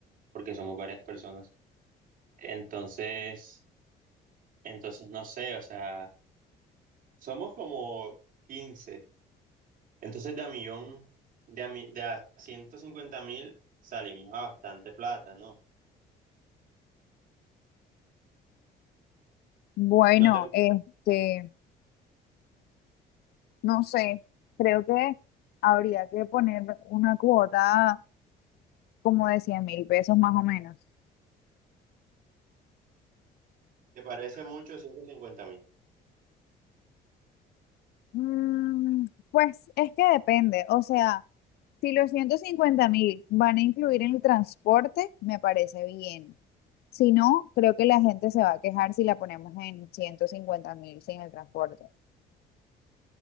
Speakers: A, on the right; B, on the left.
A: porque somos varias personas. Entonces, entonces no sé, o sea, somos como quince Entonces de a millón, de a, mi- de a ciento cincuenta mil salimos a bastante plata, ¿no?
B: Bueno,
A: ¿No te,
B: este, no sé, creo que habría que poner una cuota como de cien mil pesos más o menos.
A: te parece mucho 150
B: Mm, pues es que depende, o sea, si los ciento cincuenta mil van a incluir en el transporte, me parece bien. Si no, creo que la gente se va a quejar si la ponemos en ciento cincuenta mil sin el transporte.